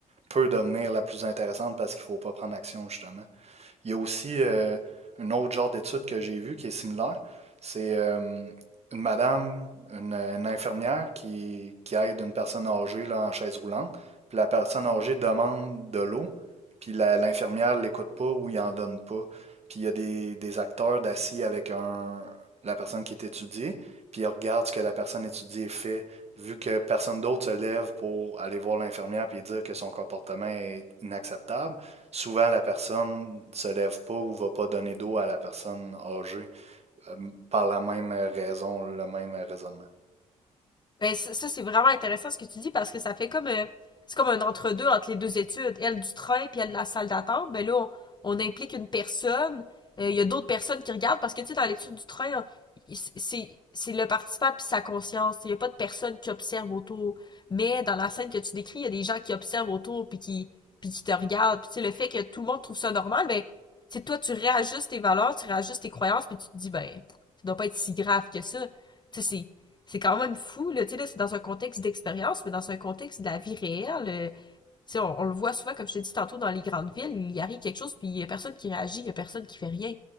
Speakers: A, on the right (about 40°); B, on the left (about 25°).
A: peut devenir la plus intéressante parce qu'il faut pas prendre action, justement. Il y a aussi euh, un autre genre d'étude que j'ai vu qui est similaire. C'est euh, une madame, une, une infirmière qui, qui aide une personne âgée là, en chaise roulante. Puis la personne âgée demande de l'eau, puis la- l'infirmière l'écoute pas ou il en donne pas. Puis il y a des, des acteurs d'assis avec un, la personne qui est étudiée, puis ils regardent ce que la personne étudiée fait, vu que personne d'autre se lève pour aller voir l'infirmière puis dire que son comportement est inacceptable. Souvent, la personne ne se lève pas ou ne va pas donner d'eau à la personne âgée euh, par la même raison, le même raisonnement.
B: Ben, ça, c'est vraiment intéressant ce que tu dis parce que ça fait comme euh, c'est comme un entre-deux entre les deux études. Elle du train puis elle de la salle d'attente. Ben là, on, on implique une personne. Euh, Il y a d'autres personnes qui regardent parce que tu sais, dans l'étude du train, hein, c'est c'est le participant puis sa conscience. Il n'y a pas de personne qui observe autour. Mais dans la scène que tu décris, il y a des gens qui observent autour puis qui puis qui te regardent. Puis tu sais, le fait que tout le monde trouve ça normal, ben tu sais, toi tu réajustes tes valeurs, tu réajustes tes croyances puis tu te dis ben ça doit pas être si grave que ça. Tu sais, c'est c'est quand même fou. Là, tu sais, là, c'est dans un contexte d'expérience, mais dans un contexte de la vie réelle. euh, tu sais, on, on le voit souvent, comme je t'ai dit tantôt, dans les grandes villes, il arrive quelque chose, puis il y a personne qui réagit, il y a personne qui fait rien.